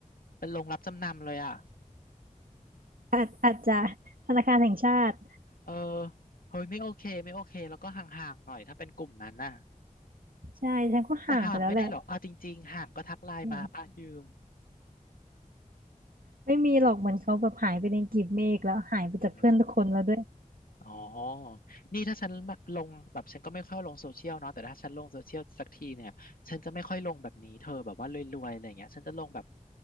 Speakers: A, on the left; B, on the right.
A: เป็นโรงรับจำนำเลยอ่ะ
B: อาจอาจจะธนาคารแห่งชาติ
A: เออเฮ้ยไม่โอเคไม่โอเคแล้วก็ห่างๆหน่อยถ้าเป็นกลุ่มนั้นน่ะ
B: ใช่ฉันก็ห่างไปแล้วแหละ
A: แต่ห่างไม่ได้หรอกเอาจริงๆห่างก็ทักไลน์มาป้ายืม
B: อืมไม่มีหรอกเหมือนเขาแบบหายไปในกลีบเมฆแล้วหายไปจากเพื่อนทุกคนแล้วด้วย
A: เออ อ๋อนี่ถ้าฉันแบบลงแบบฉันก็ไม่ค่อยลงโซเชียลเนาะแต่ถ้าฉันลงโซเชียลสักทีเนี่ยฉันจะไม่ค่อยลงแบบนี้เธอแบบว่ารวยๆอะไรอย่างเงี้ยฉันจะลงแบบ